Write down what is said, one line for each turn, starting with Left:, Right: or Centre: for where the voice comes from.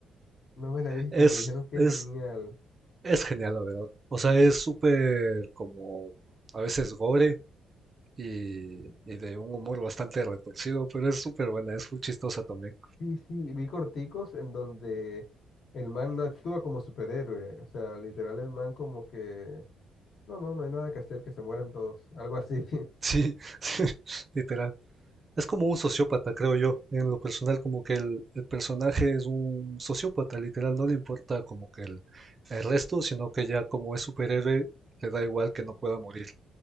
Left: No me la he visto,
Right: Es,
Left: me dijeron que
Right: es,
Left: es genial.
Right: es genial, la verdad. O sea, es súper como a veces gore y, y de un humor bastante retorcido, pero es súper buena, es muy chistosa también.
Left: Sí, sí, vi corticos en donde el man no actúa como superhéroe. O sea, literal el man como que, no, no, no hay nada que hacer, que se mueran todos. Algo así. <laughs>
Right: Sí, <laughs> sí, literal. Es como un sociópata, creo yo, en lo personal, como que el, el personaje es un sociópata, literal, no le importa como que el, el resto, sino que ya como es superhéroe, le da igual que no pueda morir.